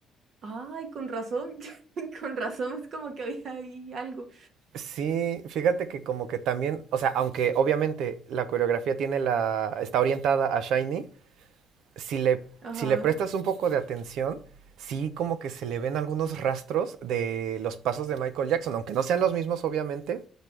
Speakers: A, on the right; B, on the right.
A: Ay, con razón. <laughs> Con razón es como que había ahí algo.
B: Sí, fíjate que como que también, o sea, aunque obviamente la coreografía tiene la, está orientada a Shiny, si le,
A: Ajá.
B: si le prestas un poco de atención, sí como que se le ven algunos rastros de los pasos de Michael Jackson, aunque no sean los mismos obviamente,